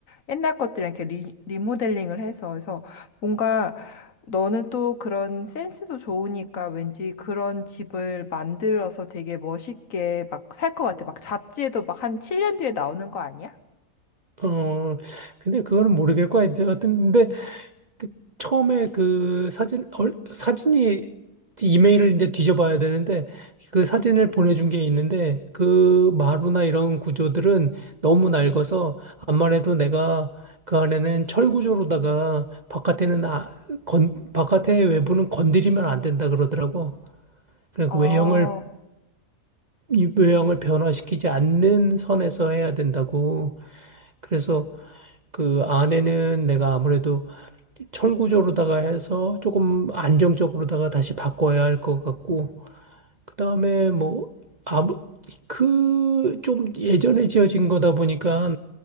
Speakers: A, on the left; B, on the right.
A: 옛날 것들 이렇게 리, 리모델링을 해서 그래서 뭔가 너는 또 그런 센스도 좋으니까 왠지 그런 집을 만들어서 되게 멋있게 막 살 것 같아. 막 잡지에도 막 한 7년 뒤에 나오는 거 아니야?
B: 어, 근데 그거는 모르겠고, 이제 하여튼, 근데 그 처음에 그 사진, 얼- 사진이 이메일을 이제 뒤져봐야 되는데, 그 사진을 보내준 게 있는데, 그 마루나 이런 구조들은 너무 낡아서, 암만 해도 내가 그 안에는 철 구조로다가 바깥에는 아, 건, 바깥의 외부는 건드리면 안 된다 그러더라고. 그러니까
A: 아,
B: 외형을 이 외형을 변화시키지 않는 선에서 해야 된다고. 그래서 그 안에는 내가 아무래도 철구조로다가 해서 조금 안정적으로다가 다시 바꿔야 할 것 같고, 그 다음에 뭐, 아무, 그, 좀 예전에 지어진 거다 보니까